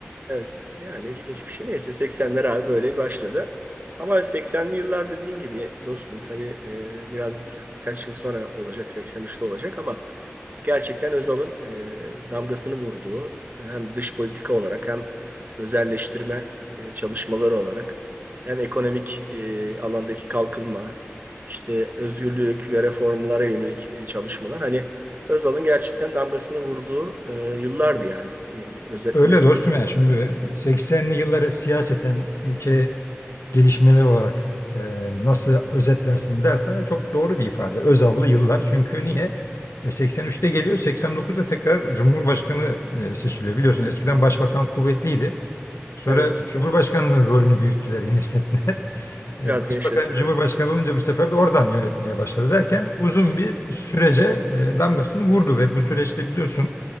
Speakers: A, on the right (about 40°); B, on the left (about 85°).
A: Evet. Yani ilginç bir şey. Neyse 80'ler abi böyle başladı. Ama 80'li yıllar dediğin gibi dostum tabii e, biraz birkaç yıl sonra olacak 83'te olacak ama gerçekten Özal'ın e, damgasını vurduğu hem dış politika olarak hem özelleştirme e, çalışmaları olarak hem ekonomik e, alandaki kalkınma işte özgürlük ve reformlara yönelik e, çalışmalar hani Özal'ın gerçekten damgasını vurduğu e, yıllardı yani E, özetlemek
B: Öyle dostum
A: gerekir.
B: ya şimdi 80'li yılları siyaseten ülke gelişmeler olarak e, nasıl özetlersin dersen de çok doğru bir ifade. Özallı yıllar. Çünkü niye? E, 83'te geliyor, 89'da tekrar Cumhurbaşkanı e, seçiliyor. Biliyorsun eskiden başbakan kuvvetliydi. Sonra
A: Evet.
B: Cumhurbaşkanı'nın rolünü büyüttüler, genişlettiler. <laughs> E,
A: Biraz
B: Başbakan
A: genişlettiler
B: Cumhurbaşkanı
A: evet.
B: olunca bu sefer de oradan yönetmeye başladı derken uzun bir sürece e, damgasını vurdu ve bu süreçte biliyorsun